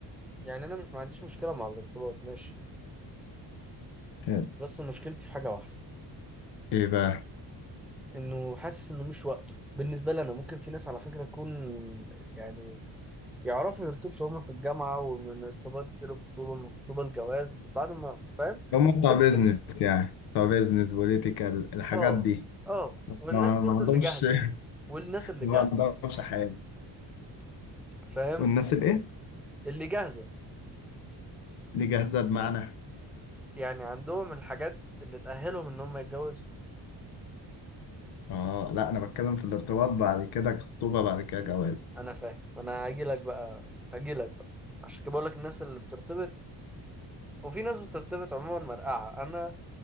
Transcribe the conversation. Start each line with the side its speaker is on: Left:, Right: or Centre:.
Centre: يعني انا مش ما عنديش مشكله مع الارتباط ماشي
Left: حلو.
Centre: بس مشكلتي في حاجه واحده
Left: ايه بقى
Centre: انه حاسس انه مش وقته بالنسبه لي انا ممكن في ناس على فكره تكون يعني يعرفوا يرتبطوا هما في الجامعه ومن ارتباط الخطوبه من الخطوبه الجواز بعد ما فاهم
Left: هم بتوع
Centre: يمكن
Left: بيزنس يعني بتوع بيزنس بوليتيكال الحاجات
Centre: اه
Left: دي
Centre: اه
Left: ما,
Centre: والناس برضو
Left: ما عندهمش
Centre: اللي جاهزه والناس
Left: <laughs>
Centre: اللي
Left: ما
Centre: جاهزه
Left: عندهمش حياة
Centre: فاهم
Left: والناس الايه
Centre: اللي جاهزه
Left: اللي جاهزة بمعنى
Centre: يعني عندهم الحاجات اللي تأهلهم إن هم يتجوزوا
Left: اه لا انا بتكلم في الارتباط بعد كده خطوبة بعد كده جواز
Centre: أنا فاهم أنا هاجيلك بقى هاجيلك بقى عشان كده بقولك الناس اللي بترتبط وفي ناس بترتبط عموما مرقعة أنا